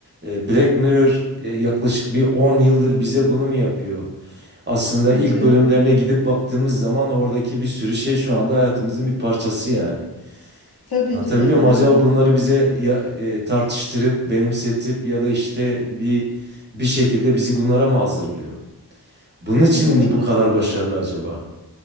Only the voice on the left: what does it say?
muhtemelen.
Tabii
ki değil mi?
Evet.
Kesinlikle.